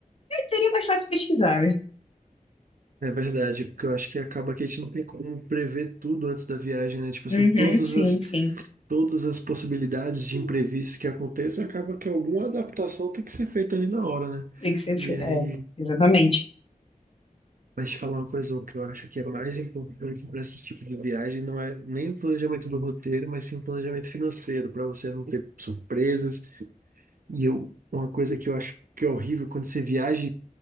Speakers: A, on the left; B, on the right.
A: Mas Seria mais fácil pesquisar, né?
B: É verdade, porque eu acho que acaba que a gente não tem como prever tudo antes da viagem, né? Tipo assim,
A: Uhum,
B: todas
A: sim,
B: as
A: sim,
B: todas as possibilidades de imprevistos que aconteçam, acaba que alguma adaptação tem que ser feita ali na hora, né?
A: tem que ser,
B: E
A: fe-
B: aí,
A: é, exatamente.
B: mas te falar uma coisa, o que eu acho que é mais importante para esse tipo de viagem não é nem o planejamento do roteiro, mas sim o planejamento financeiro, para você não ter surpresas. E eu, uma coisa que eu acho que é horrível quando você viaja